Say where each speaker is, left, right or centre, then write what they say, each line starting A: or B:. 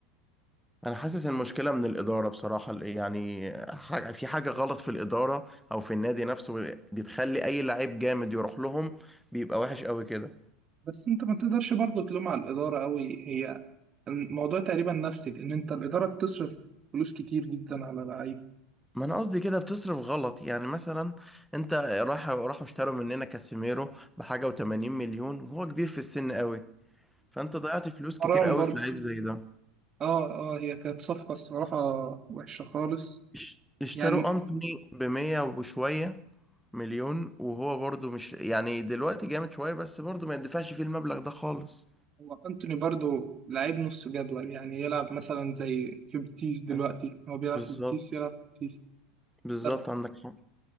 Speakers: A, in the centre; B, on the right.
A: انا حاسس المشكله من الاداره بصراحه ال- يعني ح- في حاجه غلط في الاداره او في النادي نفسه بتخلي اي لعيب جامد يروح لهم بيبقى وحش قوي كده
B: بس انت ما تقدرش برضه تلوم على الإدارة أوي هي الموضوع تقريبا نفسي لأن انت الإدارة بتصرف فلوس كتير جدا على لعيب
A: ما انا قصدي كده بتصرف غلط يعني مثلا انت راح راحوا اشتروا مننا كاسيميرو بحاجه و80 مليون وهو كبير في السن قوي فانت ضيعت فلوس كتير
B: حرام
A: قوي
B: برضه
A: في لعيب زي ده
B: اه اه هي كانت صفقة الصراحة وحشة خالص
A: اش- اشتروا
B: يعني
A: انتوني ب 100 وشويه مليون وهو برضو مش يعني دلوقتي جامد شويه بس برضو ما يدفعش فيه المبلغ ده خالص
B: هو أنتوني برضو لعيب نص جدول يعني يلعب مثلا زي في بيتيس دلوقتي
A: أه،
B: هو بيلعب
A: بالظبط
B: في بيتيس يلعب في بيتيس
A: بالظبط
B: طب
A: عندك حق